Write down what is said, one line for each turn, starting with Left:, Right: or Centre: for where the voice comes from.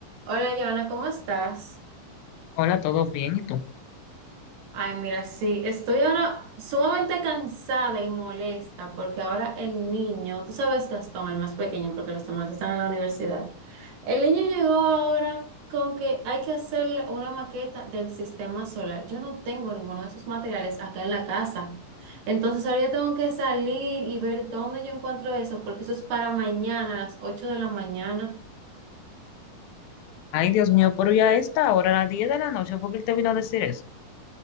Right: Hola, Giovanna, ¿cómo estás?
Left: Hola, ¿todo bien? ¿Y tú?
Right: Ay, mira, sí, estoy ahora sumamente cansada y molesta porque ahora el niño, tú sabes, Gastón, el más pequeño, porque los demás están en la universidad. El niño llegó ahora con que hay que hacer una maqueta del sistema solar. Yo no tengo ninguno de esos materiales acá en la casa. Entonces ahora yo tengo que salir y ver dónde yo encuentro eso, porque eso es para mañana a las 8 de la mañana.
Left: Ay, Dios mío, pero ya está, ahora a las 10 de la noche, ¿por qué él te vino a decir eso?